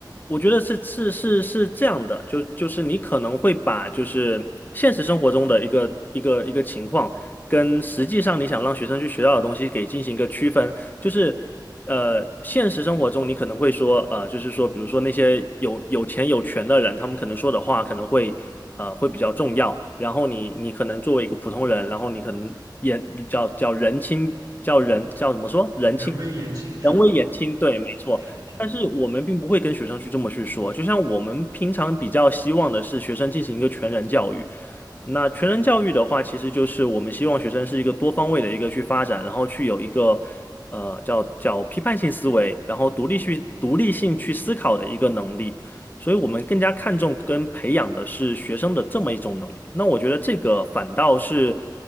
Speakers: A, on the left (about 25°); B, on the right (about 65°).
A: 我觉得是是是是这样的，就就是你可能会把就是现实生活中的一个一个一个情况，跟实际上你想让学生去学到的东西给进行一个区分。就是呃，现实生活中你可能会说，呃，就是说，比如说那些有有钱有权的人，他们可能说的话可能会呃会比较重要。然后你你可能作为一个普通人，然后你可能言叫叫人轻叫人叫怎么说人轻
B: 的？人微言轻是吗？
A: 人微言轻，对，
B: 对，
A: 没错。
B: 是的，是的。
A: 但是我们并不会跟学生去这么去说，就像我们平常比较希望的是学生进行一个全人教育，那全人教育的话，其实就是我们希望学生是一个多方位的一个去发展，然后去有一个呃叫叫批判性思维，然后独立去独立性去思考的一个能力。所以我们更加看重跟培养的是学生的这么一种能力。那我觉得这个反倒是